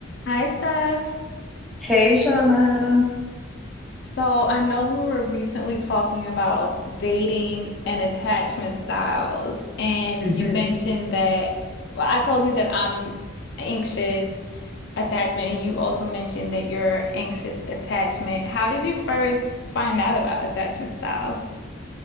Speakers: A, on the left; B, in the centre.
A: Hi, Steph.
B: Hey, Shauna.
A: So I know we were recently talking about dating and attachment styles, and
B: <laughs>
A: you mentioned that, well, I told you that I'm anxious attachment, and you also mentioned that you're anxious attachment. How did you first find out about attachment styles?